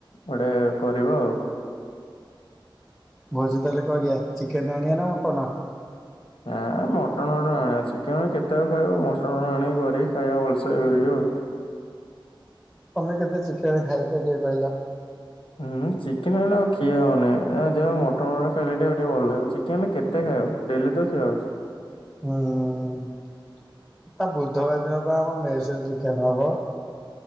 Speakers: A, on the left; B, in the centre.
A: ଗୋଟେ କରିବା ଆଉ।
B: ଭୋଜି ତାହେଲେ କରିଆ ଚିକେନ ଆଣିବା ନା ମଟନ?
A: ଆ ମଟନ ଆଣିବା ଚିକେନ କେତେବେଳେ ଖାଇବ ମଟନ ଆଣିବି କରି ଖାଇବା ଭଲ ସେ କରିକି ଆଉ।
B: ତମେ କେତେ ଚିକେନ ଖାଇପାରିବ କହିଲ?
A: ହୁଁ ଚିକେନ ଏ ଆଉ ଖିଆ ହଉନି ଯାହା ମ <unintelligible> ଟିକେ ଭଲ ଲାଗିବ ଚିକେନ କେତ ଖାଇବ ଡେଲି ତ ଖିଆ ହଉଚି।
B: ହଁ। ଆ ବୁଧବାର ଦିନ ବା ଆମ ମେଶର ଚିକେନ ହବ।